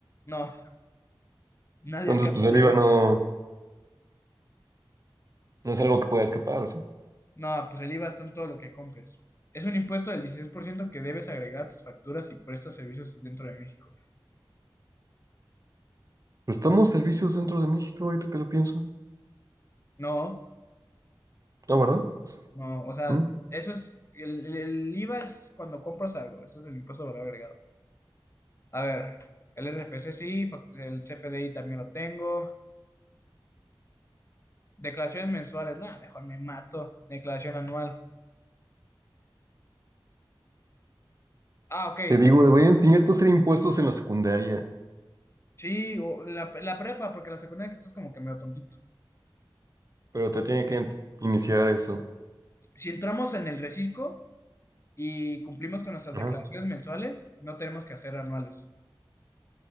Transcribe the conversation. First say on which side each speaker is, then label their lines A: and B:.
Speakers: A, on the left (about 30°); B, on the right (about 40°).
A: No, nadie
B: Entonces,
A: escapa
B: pues el
A: del
B: IVA
A: IVA.
B: no, no es algo que pueda escapar, ¿sí?
A: No, pues el IVA está en todo lo que compres. Es un impuesto del 16% que debes agregar a tus facturas y prestas servicios dentro de México.
B: Prestamos servicios dentro de México, ahorita que lo pienso.
A: No,
B: Ah, ¿verdad?
A: no, o sea,
B: ¿Mm?
A: eso es, el, el- el IVA es cuando compras algo, eso es el impuesto de valor agregado. A ver, el RFC sí, fac- el CFDI también lo tengo. Declaraciones mensuales, nada, mejor me mato. Declaración anual. Ah, ok,
B: Te digo, debería enseñarte a hacer impuestos en la secundaria,
A: sí, o la, la prepa, porque la secundaria estás como que medio tontito.
B: pero te tiene que in- iniciar eso.
A: si entramos en el recisco y cumplimos con nuestras
B: Ajá.
A: declaraciones mensuales, no tenemos que hacer anuales.